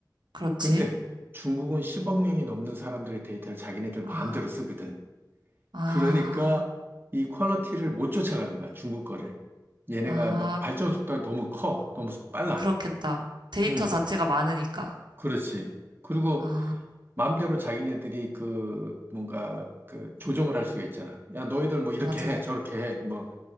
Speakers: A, on the right; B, on the right.
A: 그렇지.
B: 근데 중국은 10억 명이 넘는 사람들의 데이터를 자기네들
A: 아,
B: 마음대로 쓰거든.
A: 아,
B: 그러니까 이 퀄리티를 못 쫓아가는 거야, 중국 거를. 얘네가
A: 아,
B: 막 발전 속도가 너무 커, 너무 빨라.
A: 그렇겠다. 데이터
B: 응,
A: 자체가 많으니까.
B: 그렇지. 그리고
A: 아,
B: 마음대로 자기네들이 그 뭔가 그 조정을 할 수가 있잖아. 야, 너희들 뭐 이렇게
A: 맞아.
B: 해, 저렇게 해. 뭐